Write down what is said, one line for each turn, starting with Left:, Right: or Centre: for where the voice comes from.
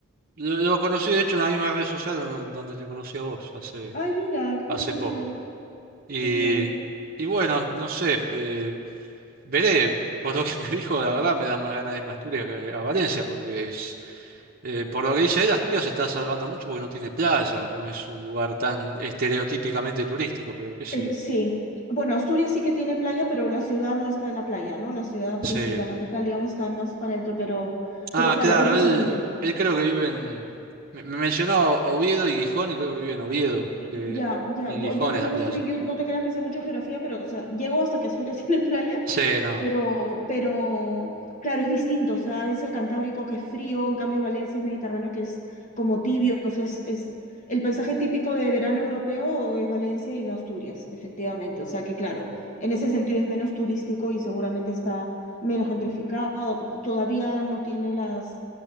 Right: lo, lo conocí, de hecho, en la misma red social do- donde te conocí a vos hace,
Left: Ay, mira, qué casualidad.
Right: hace poco. Y,
Left: Qué bien.
Right: y bueno, no sé, eh, veré, por lo que <laughs> me dijo, la verdad me da más ganas de irme a Asturias que a Valencia, porque es, eh, por lo que dice él, Asturias se está salvando mucho porque no tiene playa, no es un lugar tan estereotípicamente turístico, pero qué sé
Left: Eh,
Right: yo.
Left: sí. Bueno, Asturias sí que tiene playa, pero la ciudad no está en la playa, ¿no? La ciudad, princi-
Right: Sí.
Left: la capital, digamos, está más para adentro, pero,
Right: Ah,
Left: pero claro,
Right: claro,
Left: es diferente.
Right: él, él creo que vive en... Me, me mencionó Oviedo y Gijón y creo que vive en Oviedo. que-
Left: Ya, ya.
Right: y
Left: Bo-
Right: Gijón
Left: Yo no,
Right: es la
Left: no
Right: playa.
Left: soy, yo no te creas que sé mucho de geografía, pero o sea, llego hasta que Asturias <laughs> tiene playa
Right: Sí, no,
Left: Pero, pero, claro, es distinto, o sea, es el Cantábrico que es frío, en cambio Valencia es Mediterráneo que es como tibio, o sea, es, es el paisaje típico de verano europeo es Valencia y no Asturias, efectivamente, o sea que claro, en ese sentido es menos turístico y seguramente está menos gentrificado, t- todavía no tiene las,